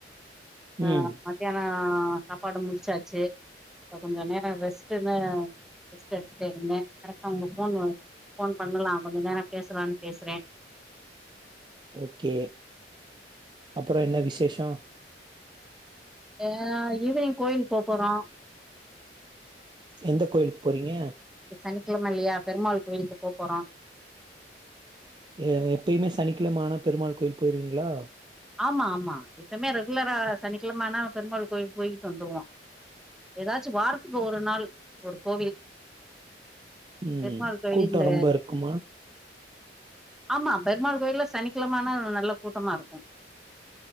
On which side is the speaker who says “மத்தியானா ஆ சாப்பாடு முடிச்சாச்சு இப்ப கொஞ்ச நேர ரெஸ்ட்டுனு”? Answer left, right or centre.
Centre